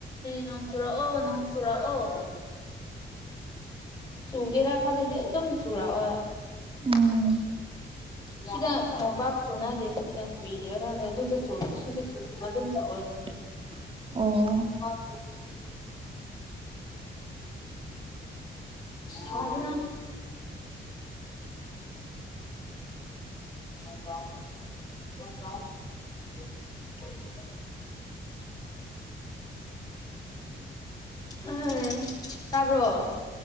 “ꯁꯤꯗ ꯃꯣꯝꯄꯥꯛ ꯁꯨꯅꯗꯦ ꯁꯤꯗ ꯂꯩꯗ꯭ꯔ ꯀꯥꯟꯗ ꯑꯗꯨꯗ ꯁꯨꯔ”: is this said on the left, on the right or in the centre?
Left